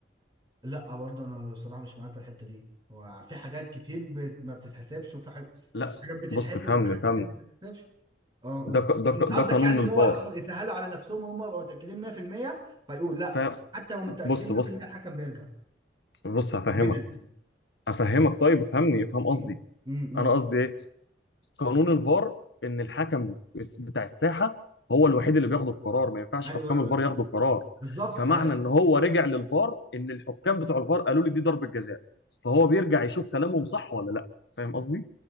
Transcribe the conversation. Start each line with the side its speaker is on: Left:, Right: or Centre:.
Right: لا برضو انا بصراحه مش معاك في الحته دي هو في حاجات كتير بت... ما بتتحسبش وفي حاجات
Left: لا
Right: يعني في حاجات بتتحسب
Left: بص فهمني
Right: وفي حاجات
Left: فهمني
Right: كتير ما بتتحسبش اه قول
Left: ده ق- ده
Right: انت
Left: ق-
Right: قصدك
Left: ده قانون
Right: يعني ان
Left: الفار
Right: هو خل- يسهلوا على نفسهم وهم يبقوا متاكدين 100% فيقول لا
Left: ف
Right: حتى لو متاكدين
Left: بص
Right: 100%
Left: بص
Right: الحكم بيرجع
Left: بص هفهمك
Right: بنالتي
Left: هفهمك طيب افهمني افهم
Right: امم
Left: قصدي
Right: امم
Left: انا قصدي ايه قانون الفار ان الحكم بس- بتاع الساحه هو الوحيد اللي بياخد القرار ما ينفعش
Right: ايوه
Left: حكام
Right: ايوه
Left: الفار
Right: انا فاهم
Left: ياخدوا القرار
Right: بالظبط
Left: فمعنى
Right: ف... ايوه
Left: ان هو رجع للفار ان الحكام بتوع الفار قالوا لي دي ضربه جزاء فهو بيرجع يشوف كلامهم صح ولا لا فاهم قصدي